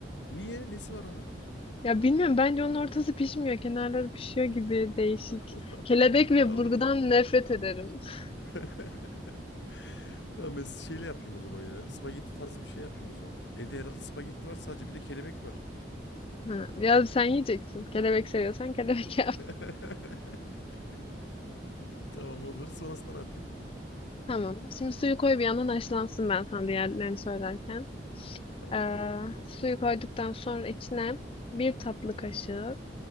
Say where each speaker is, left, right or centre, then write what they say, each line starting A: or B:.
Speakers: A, on the left; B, on the left.
A: Niye? Nesi var onun?
B: Ya bilmiyorum bence onun ortası pişmiyor. Kenarları pişiyor gibi değişik.
A: <laughs> Allah'ım
B: Kelebek ve
A: ya onu.
B: burgudan nefret ederim. <laughs>
A: <laughs> Tamam ben şeyle yapayım o zaman ya. Spagetti tarzı bir şey yapayım o zaman. Evde herhalde spagetti var sadece bir de kelebek var.
B: Ha, ya sen yiyeceksin. Kelebek seviyorsan kelebek <laughs> yap.
A: <laughs> Tamam olur. Sonrasında ne yapayım?
B: Tamam. Şimdi suyu koy bir yandan haşlansın ben sana diğerlerini söylerken.
A: Tamam.
B: Ee, suyu koyduktan sonra içine bir tatlı kaşığı